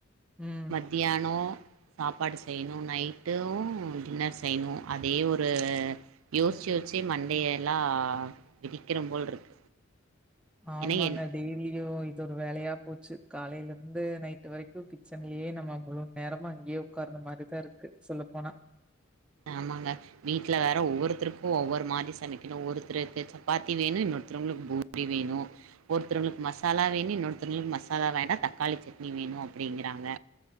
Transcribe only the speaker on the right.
மத்தியானோ சாப்பாடு செய்யணு நைட்டு டின்னர் செய்யணு அதே ஒரு யோசிச்சு யோசிச்சு மண்டையெல்லா விதிக்கிற போல் இருக்கு
ஏன்னா என்
ஆமாங்க வீட்ல வேற ஒவ்வொருத்தருக்கு ஒவ்வொரு மாதி சமைக்கணு ஒருத்ருக்கு சப்பாத்தி வேணு இன்னொருத்ருங்ளுக் பூ இப்டி வேணு ஒருத்ருங்ளுக் மசாலா வேணு இன்னொருத்துருங்ளுக் மசாலா வேண்டா தக்காளி சட்னி வேணு அப்டிங்கிறாங்க